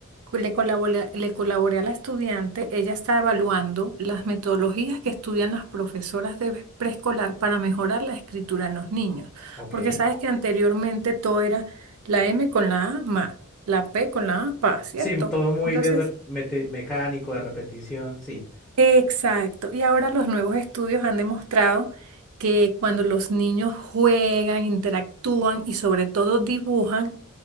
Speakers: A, on the right (about 80°); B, in the centre.
A: le colaboré, le colaboré a la estudiante, ella está evaluando las metodologías que estudian las profesoras de preescolar para mejorar la escritura en los niños,
B: Ok.
A: porque sabes que Ok. anteriormente todo era la M con la A, ma, la P con la A, pa, ¿cierto?
B: Sí, todo muy
A: Entonces,
B: de rep- mete- mecánico, de repetición, sí.
A: Exacto. Y ahora los nuevos estudios han demostrado que cuando los niños juegan, interactúan y sobre todo dibujan,